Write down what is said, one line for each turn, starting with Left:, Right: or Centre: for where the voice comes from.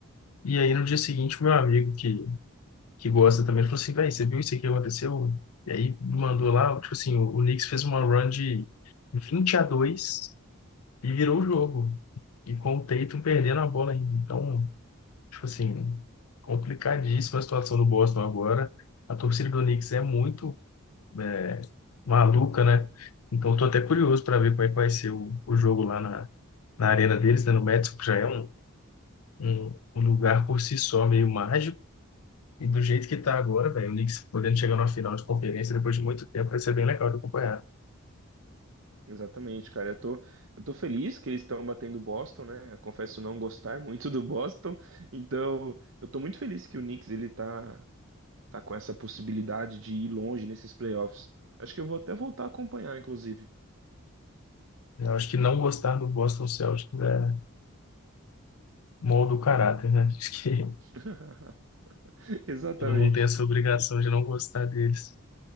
Left: E aí no dia seguinte, meu amigo que que gosta também, ele falou assim, velho, você viu isso aqui que aconteceu? E aí mandou lá, tipo assim, o, o Knicks fez uma run de 20 a 2 e virou o jogo. E com o Tatum perdendo a bola ainda. Então, tipo assim, complicadíssima a situação do Boston agora. A torcida do Knicks é muito é, maluca, né? Então, tô até curioso para ver como é que vai ser o, o jogo lá na, na arena deles, né, no Madison, que já é um, um, um lugar por si só meio mágico E do jeito que tá agora, velho, o Knicks podendo chegar numa final de conferência depois de muito tempo, vai ser bem legal de acompanhar.
Right: Exatamente, cara. Eu tô, eu tô feliz que eles estão batendo o Boston, né? Eu confesso não gostar <laughs> muito do Boston. Então, eu tô muito feliz que o Knicks ele tá, tá com essa possibilidade de ir longe nesses playoffs. Acho que eu vou até voltar a acompanhar, inclusive.
Left: Eu acho que não gostar do Boston Celtics é molda o caráter, né? <laughs> Acho que
Right: <laughs> Exatamente.
Left: todo mundo tem essa obrigação de não gostar deles.